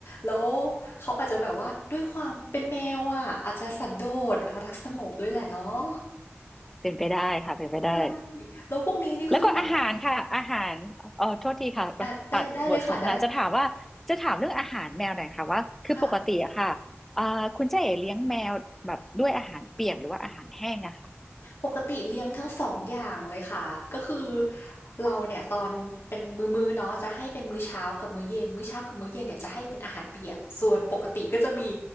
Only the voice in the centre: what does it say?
เป็นไปได้ค่ะเป็นไปได้
แล้วก็อาหารค่ะอาหารเออโทษทีค่ะตัดบทสนทนาจะถามว่าจะถามเรื่องอาหารแมวหน่อยค่ะว่าคือปกติอะค่ะ
อ่าคุณเจ๊เอ๋เลี้ยงแมวแบบด้วยอาหารเปียกหรือว่าอาหารแห้งอะค่ะ